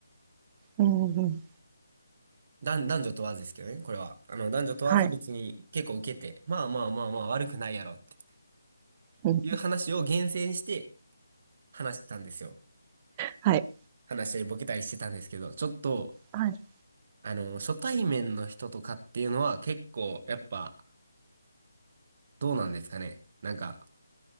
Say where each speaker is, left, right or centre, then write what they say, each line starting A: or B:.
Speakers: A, on the right; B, on the right.
A: う。うんうん。
B: 男、男女問わずですけどね、これは。あの、男女問わず別に結構受けて、
A: はい。
B: まあまあまあまあ悪くないやろって
A: うん、
B: いう話を厳選して話してたんですよ。
A: はい。
B: 話したりボケたりしてたんですけど、ちょっと、
A: はい。
B: あの、初対面の人とかっていうのは結構、やっぱ、どうなんですかね。なんか